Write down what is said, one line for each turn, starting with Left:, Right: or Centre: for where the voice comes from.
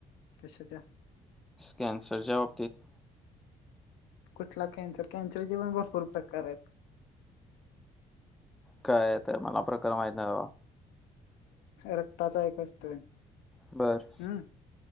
Left: कशाच्या?
Centre: कॅन्सरच्या बाबतीत
Left: कुठला कॅन्सर? कॅन्सरचे पण भरपूर प्रकार आहेत.
Centre: कायेत मला प्रकार माहित नाही बाबा.
Left: रक्ताचा एक असतो.
Centre: बरं.
Left: हम्